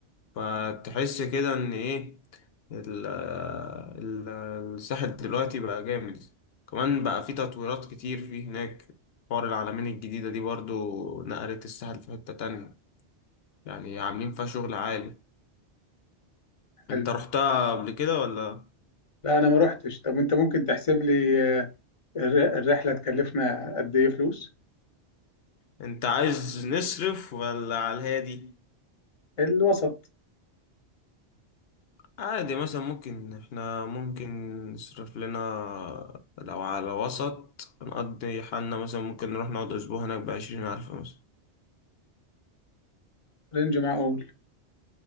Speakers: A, on the left; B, on the left.
A: فتحس كده ان ايه ال- ال- الساحل دلوقتي بقى جامد كمان بقى في تطويرات كتير فيه هناك حوار العلمين الجديدة دي برضو نقلت الساحل في حتة تانية يعني عاملين فيها شغل عالي
B: حلو
A: انت رحتها قبل كده ولا
B: لا انا ما رحتش طب انت ممكن تحسب لي آه، الر- الرحلة تكلفنا قد ايه فلوس؟
A: انت عايز نصرف ولا على الهادي
B: الوسط
A: عادي مثلا ممكن احنا ممكن نصرف لنا لو على وسط نقضي حالنا مثلا ممكن نروح نقعد اسبوع هناك بعشرين ألف مثلا
B: رينج معقول